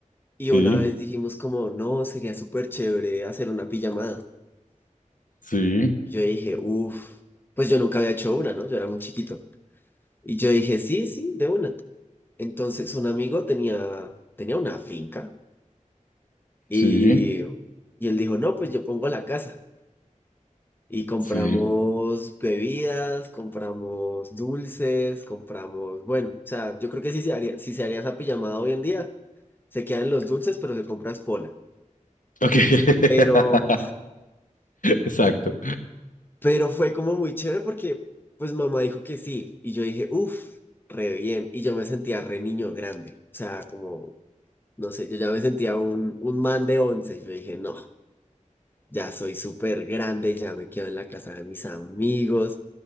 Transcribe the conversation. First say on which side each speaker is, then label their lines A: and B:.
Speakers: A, on the left; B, on the left.
A: y
B: Sí.
A: una vez dijimos como, no, sería súper chévere hacer una pijamada.
B: Sí.
A: Y yo dije, uff, pues yo nunca había hecho una, ¿no? Yo era muy chiquito. Y yo dije, sí, sí, de una. Entonces un amigo tenía, tenía una finca Y,
B: Sí.
A: y él dijo, no, pues yo pongo la casa. Y compramos
B: Sí.
A: bebidas, compramos dulces, compramos, bueno, o sea, yo creo que si se haría, si se haría esa pijamada hoy en día, se quedan los dulces, pero se compra es pola.
B: Ok, <laughs>
A: Pero,
B: exacto.
A: pero fue como muy chévere porque pues mamá dijo que sí. Y yo dije, uff, re bien. Y yo me sentía re niño grande. O sea, como, no sé, yo ya me sentía un, un man de 11. Yo dije, no. Ya soy súper grande, ya me quedo en la casa de mis amigos,